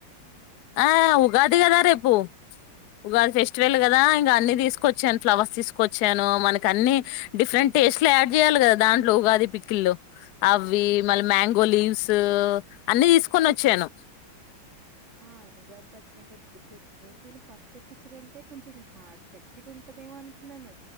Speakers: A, on the left; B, on the right.
A: ఆ ఉగాదిగదా రేపు ఉగాది ఫెస్టివల్ కదా ఇంకా అన్ని తీసుకొచ్చాను ఫ్లవర్స్ తీసుకొచ్చాను మనకి అన్ని డిఫరెంట్ టేస్ట్ లో యాడ్ చేయాలి కదా దాంట్లో ఉగాది పికిల్ లో అవి మళ్ళీ మ్యాంగో లీవ్స్ అన్ని తీసుకొని వచ్చాను
B: ఆ ఆ ఉదాగి పచ్చడి అంటే నాకు గుర్తొచ్చింది నేను పచ్చడి పచ్చడి అంటే కొంచెం గట్టిగా ఉంటదేమో అనుకున్నాను